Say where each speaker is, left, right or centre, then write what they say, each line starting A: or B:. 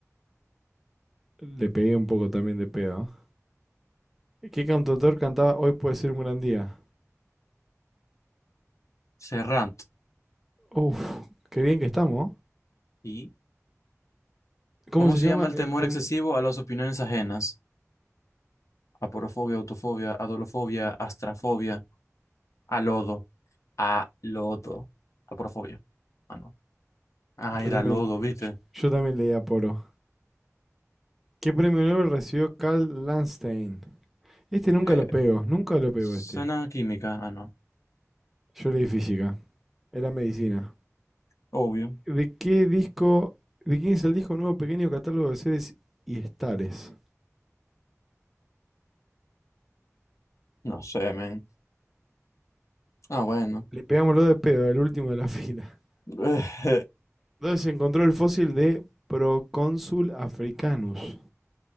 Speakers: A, in the centre; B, on the left.
A: Le pegué un poco también de pedo. ¿Qué cantautor cantaba Hoy puede ser un gran día?
B: Serrant.
A: Uf, qué bien que estamos. ¿no?
B: ¿Y
A: ¿Cómo
B: cómo
A: se
B: se
A: llama
B: llama el
A: el
B: temor
A: tema?
B: excesivo a las opiniones ajenas? Aporofobia, autofobia, adolofobia, astrafobia, a lodo, a lodo, aporofobia. Ah, no. Ah,
A: Yo también,
B: era lodo, ¿viste?
A: yo también leí a Poro. ¿Qué premio Nobel recibió Carl Landstein? Este nunca
B: Eh,
A: lo pego, nunca lo pego
B: suena
A: este.
B: química, ah, no.
A: Yo leí física, era medicina.
B: Obvio.
A: ¿De qué disco, de quién es el disco nuevo pequeño catálogo de seres y estares?
B: No sé, men. Ah, bueno.
A: Le pegamos lo de pedo, el último de la <laughs> fila.
B: <laughs>
A: Entonces se encontró el fósil de Procónsul africanus.